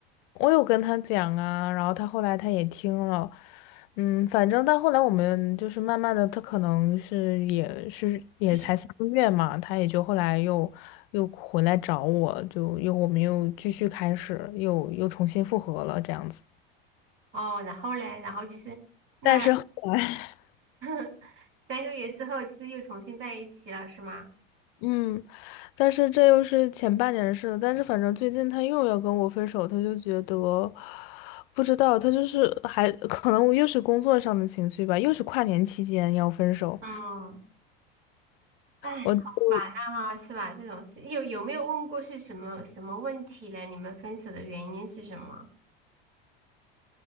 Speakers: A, on the left; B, on the right.
A: 我有跟他讲啊，然后他后来他也听了，嗯，反正到后来我们就是慢慢的，他可能是也是也才三个月嘛，
B: 就是
A: 他也就后来又又回来找我，就又我们又继续开始，又又重新复合了这样子。
B: 哦，然后嘞，然后就是那
A: 但是后来，
B: <laughs> 三个月之后，是又重新在一起了，是吗？
A: 嗯，但是这又是前半年的事了。但是反正最近他又要跟我分手，他就觉得不知道，他就是还可能我又是工作上的情绪吧，又是跨年期间要分手。
B: 嗯，哎，
A: 我
B: 好烦呐哈，是吧？这种事有有没有问过是什么什么问题嘞？你们分手的原因是什么？